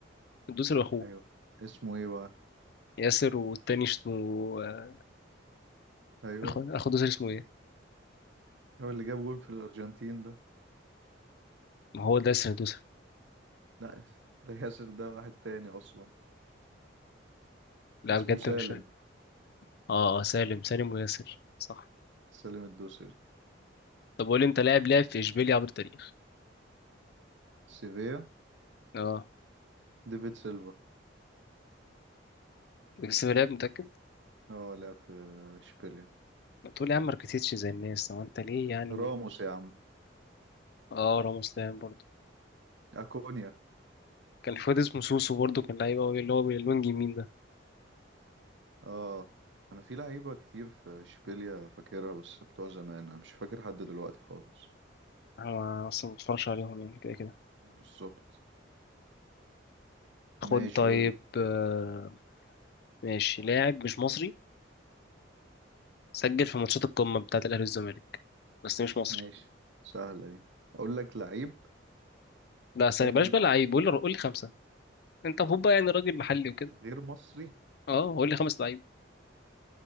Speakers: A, on the left; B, on the right.
A: الدوسري واخوه
B: أيوه اسمه ايه بقى؟
A: ياسر والتاني اسمه آه،
B: أيوه
A: اخو اخو دوسر اسمه ايه
B: هو اللي جاب جول في الأرجنتين ده
A: ما هو ده ياسر دوسر
B: لا ده ياسر ده واحد تاني أصلا
A: لا
B: اسمه
A: بجد
B: سالم
A: مش فاكر اه آه، سالم سالم وياسر صح
B: سالم الدوسري
A: طب قول لي انت لاعب لعب في اشبيليا عبر التاريخ
B: سيفيا
A: اه
B: ديفيد سيلفا
A: بس في لاعب متأكد
B: اه لعب في اشبيليا
A: ما تقول يا عم ماركتيتش زي الناس هو انت ليه يعني
B: راموس يا عم
A: اه راموس لاعب برضه
B: اكونيا
A: كان في واد اسمه سوسو برضه كان لعيب قوي اللي هو بالوينج يمين ده
B: اه انا في لعيبه كتير في اشبيليا فاكرها بس بتوع زمان انا مش فاكر حد دلوقتي خالص
A: انا اصلا ما بتفرجش عليهم يعني كده كده
B: بالظبط
A: خد
B: ماشي
A: طيب
B: قول لي
A: آه، ماشي لاعب مش مصري سجل في ماتشات القمة بتاعة الأهلي والزمالك بس مش مصري
B: ماشي سهله دي اقول لك لعيب
A: لا
B: سجل
A: استنى بلاش بقى
B: مع
A: لعيب
B: ال-
A: قول لي قول لي خمسة انت المفروض بقى يعني راجل محلي وكده
B: غير مصري
A: اه قول لي خمس لعيب